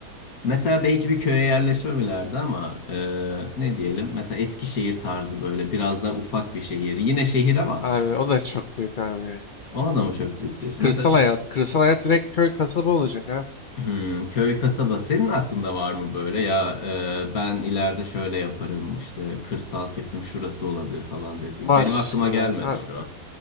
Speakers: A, on the left; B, on the left.
A: mesela belki bir köye yerleşmemelerdi ama e, ne diyelim? Mesela Eskişehir tarzı böyle biraz daha ufak bir şehir. Yine şehir ama
B: Abi o da çok büyük abi. ya.
A: ona da mı çok büyük diyorsun?
B: Kırsal
A: Mesela
B: hayat. Kırsal hayat direkt köy kasaba olacak abi.
A: hmm, köy, kasaba senin aklında var mı böyle ya e, ben ileride şöyle yaparım işte kırsal kesim şurası olabilir falan dediğin.
B: Var
A: Benim aklıma
B: gibi.
A: gelmedi
B: Abi.
A: şu an.